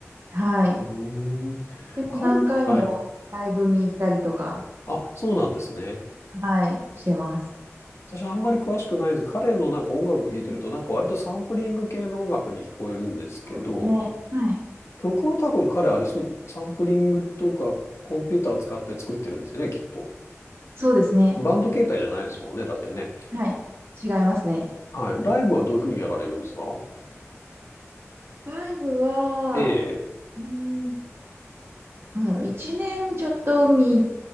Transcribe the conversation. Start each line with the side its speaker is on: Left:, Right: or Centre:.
Right: はい。
Left: うーん。
Right: でも何回もライブに行ったりとか、
Left: 彼、はい。あ、そうなんですね。
Right: はい、してます。
Left: 私あんまり詳しくないんです。彼のなんか音楽聴いてると、なんか割とサンプリング系の音楽に聞こえるんですけど、
Right: そうですね。はい。
Left: 曲は多分彼あれ、そう、サンプリングとかコンピューターを使って作ってるんですよね、きっと。
Right: そうですね。
Left: バンド形態じゃないですもんね、だってね。
Right: はい。違いますね。
Left: はい。ライブはどういうふうにやられるんですか
Right: ライブは、
Left: ええ、
Right: うーん、なんだろう、一年ちょっとに